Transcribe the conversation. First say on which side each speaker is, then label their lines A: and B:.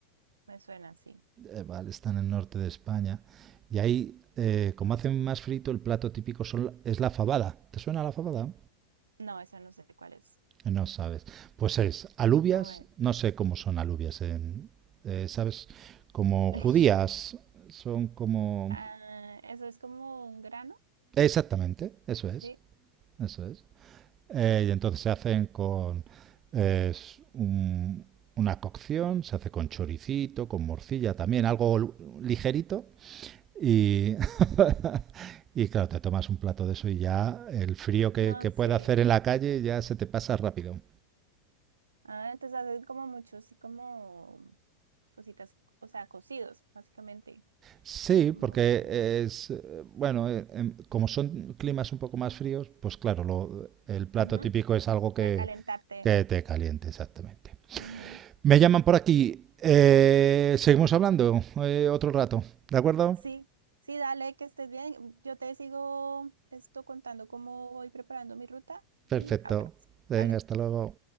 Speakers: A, on the right (about 75°); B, on the right (about 25°).
A: me suena así.
B: Eh, vale, está en el norte de España. Y ahí, eh, como hacen más frito, el plato típico son- la- es la fabada. ¿Te suena la fabada?
A: No, esa no sé cuál es.
B: No sabes. Pues es alubias,
A: ¿Cómo es?
B: no sé cómo son alubias, en- eh, ¿sabes? Como
A: <laughs>
B: judías, son como...
A: Ah, eso es como un grano,
B: Exactamente, eso es,
A: sí.
B: eso es. Eh, y entonces se hacen con eh, s- un- una cocción, se hace con choricito, con morcilla también, algo lu- ligerito. Y, <laughs> y claro, te tomas un plato de eso y ya el frío que,
A: No,
B: que
A: sí.
B: puede hacer en la calle ya se te pasa rápido.
A: Ah, entonces hacen como muchos así como cositas, o sea, cocidos, básicamente.
B: Sí,
A: Como...
B: porque es, eh, bueno, eh, em, como son climas un poco más fríos, pues claro, lo- el plato
A: ujú.
B: típico es algo que,
A: Para calentarte.
B: que te caliente, exactamente.
A: Ujú.
B: Me llaman por aquí. Eh, seguimos hablando eh, otro rato, ¿de acuerdo?
A: Sí, sí, dale, que estés bien. Yo te sigo esto contando cómo voy preparando mi ruta
B: Perfecto.
A: y hablamos.
B: Venga,
A: ¿Vale?
B: hasta luego.